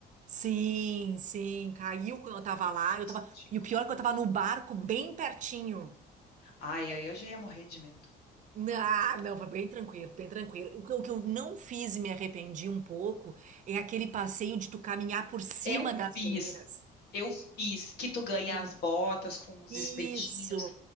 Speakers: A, on the right; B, on the left.
A: Sim, sim, caiu quando eu tava lá. Eu
B: Fantástico.
A: tava... E o pior é que eu tava no barco bem pertinho.
B: Ai, ai, eu já ia morrer de medo.
A: Ah, não, foi bem tranquilo, bem tranquilo. O que, eu o que eu não fiz e me arrependi um pouco é aquele passeio de tu caminhar por cima
B: Eu
A: das
B: fiz,
A: geleiras.
B: eu fiz, que tu ganha
A: Yeah.
B: as botas com os
A: Isso.
B: espetinhos.